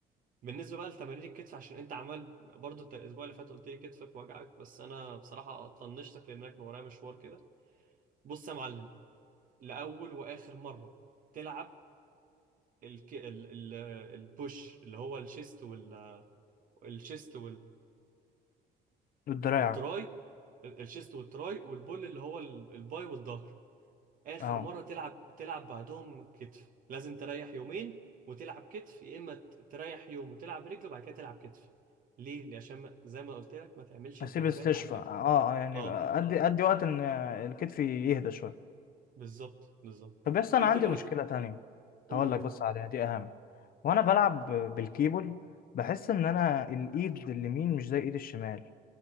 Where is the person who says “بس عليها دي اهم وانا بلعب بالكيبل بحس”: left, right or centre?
Left